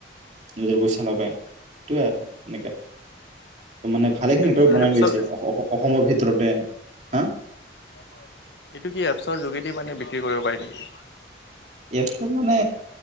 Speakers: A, on the right; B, on the left.
A: নিজৰ পইচা লগাই সেইটোৱে আৰু এনেকৈ। ত, মানে
B: অ',
A: ভালেখিনি
B: এইটো
A: নেটৱৰ্ক
B: কি
A: বনাই
B: এপছৰ
A: লৈছে অসমৰ ভিতৰতে, হা?
B: এইটো কি এপছৰ যোগেদি মানে বিক্ৰী কৰিব পাৰি নেকি?
A: এছো মানে